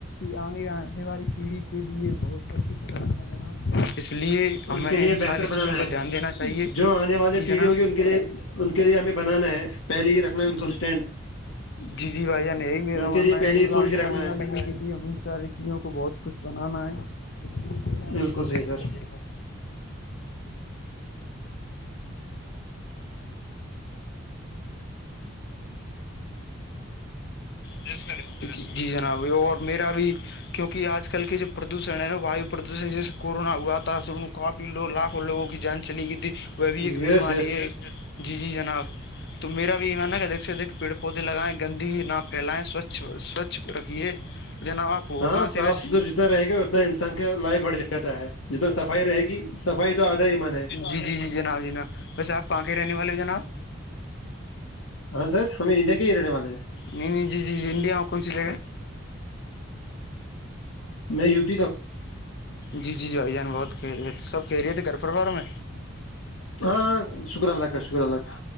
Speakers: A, on the left (about 55°); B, on the left (about 70°).
A: آگے آنے والی پیڑھی کے لیے بہت سب کچھ کرنا ہے جناب اس لیے ہمیں
B: ان کے لیے بہتر
A: ساری
B: بنانا
A: چیزوں پر
B: ہے
A: دھیان دینا چاہیے
B: جو آنے والی
A: جی
B: پیڑھی
A: جناب
B: ہوگی ان کے لیے ان کے لیے ہمیں بنانا ہے پہلے ہی رکھنا ہے ان کو
A: جی
B: اسٹینڈ
A: جی جی بھائی جان یہی میرا
B: ان
A: ماننا
B: کے لیے پہلے
A: ہے کہ
B: ہی سوچ کے رکھنا
A: آنے والی
B: ہے
A: پیری کے لیے چیوں کو بہت کچھ بنانا ہے میرا بھی
B: بالکل
A: یہی
B: صحیح سر
A: <inaudible> <unintelligible> جی یس سر <unintelligible> جی جناب اور میرا بھی کیونکہ آج کل کے جو پردوشن ہے نا وایو پردوشن جیس کورونا ہوا تھا تو کافی لوگ لاکھوں لووں کی جان چلی گئی تھی وہ بھی ایک
B: یس
A: بیماری
B: یس
A: ہے جی جی جناب تو میرا بھی یہمان ہے کہ دیکھ سے دیکھ پیڑ پودے لگائیں گندی نہ پھیلیں سوچھ سوچھ رکھیے جناب آپ ہو
B: ہاں
A: کہاں
B: صاف
A: سے ویسے
B: ستھرا جتنا رہے گا اتنا انسان کا لائف بڑھ جاتا ہے جتنا صفائی رہے گی صفائی تو آدھا ایمان ہے
A: جی جی جی جناب جناب ویسے آپ کہاں کے رہنے والے ہے جناب
B: ہاں سر ہمیں انڈیا کے ہی رہنے والے ہیں
A: نہیں نہیں جی جی جی انڈیا میں کون سی جگہ
B: میں یو <unintelligible>
A: جی جی بھائی جان بہت خیریت ہے سب خیریت ہے گھر پرواروں میں
B: ہاں شکر اللہ کا شکر اللہ کا